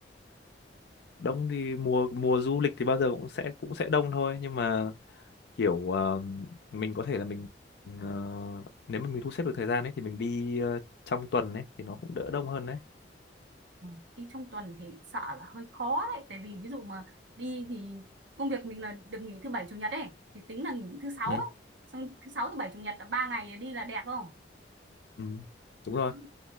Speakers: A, on the left; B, on the right.
A: đông thì mùa mùa du lịch thì bao giờ cũng sẽ cũng sẽ đông thôi nhưng mà kiểu ờ, mình có thể là mình ờ, nếu mà mình thu xếp được thời gian ấy thì mình đi ờ, trong tuần ấy thì nó cũng đỡ đông hơn đấy
B: Ừ, đi trong tuần thì sợ là hơi khó đấy tại vì ví dụ mà đi thì công việc mình là được nghỉ thứ bảy chủ nhật ấy thì tính là nghỉ thứ sáu
A: ừ.
B: ấy xong thứ sáu thứ bảy chủ nhật là ba ngày đi là đẹp không
A: Ừ. đúng
B: đó
A: rồi